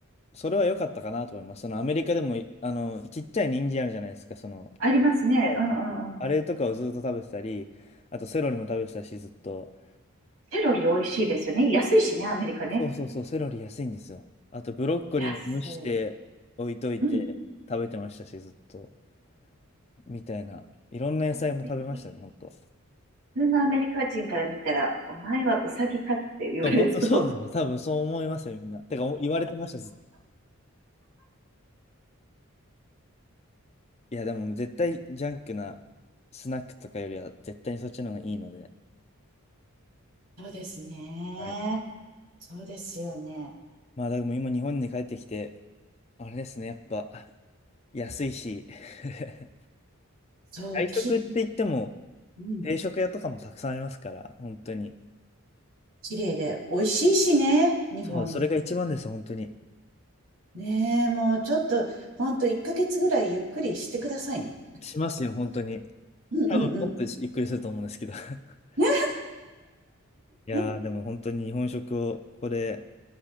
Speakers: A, on the left; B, on the right.
A: それは良かったかなと思います。そのアメリカでも、あの、ちっちゃい人参あるじゃないですか、その、
B: ありますね。
A: いや
B: うんうんうん。
A: あれとかをずっと食べてたり、あとセロリも食べてたし、ずっと。
B: セロリ美味しいですよね。安いしね、アメリカね。
A: そうそうそう、セロリ安いんですよ。あとブロッコリーも蒸して置いといて食べてましたし、
B: 安い。うん。
A: ずっと。みたいな。いろんな野菜も食べましたね、
B: 健康的。
A: 本当。
B: 普通のアメリカ人から見たら、お前はウサギかって言われそう。
A: そう、本当そうですね。多分そう思いますよ、みんな。てか、言われてました、ずっと。いや、でも絶対ジャンクなスナックとかよりは絶対にそっちの方がいいので。
B: そうですね。
A: はい。
B: そうですよね。
A: まあ、でも今日本に帰ってきて、あれですね、やっぱ安いし <laughs>
B: そう、
A: 外食って言っても、
B: き、うん、
A: 定食屋とかもたくさんありますから、本当に。
B: 綺麗で、美味しいしね、日本ね。
A: そう、それが一番です本当に。
B: ねえ、もうちょっと、ほんと1ヶ月ぐらいゆっくりしてくださいね。
A: しますよ、本当に。
B: うんうんうん。
A: 多分、もっとゆっくりすると思うんですけど。<laughs>
B: ね、
A: いやー、
B: うん
A: でも本当に日本食を、ここで、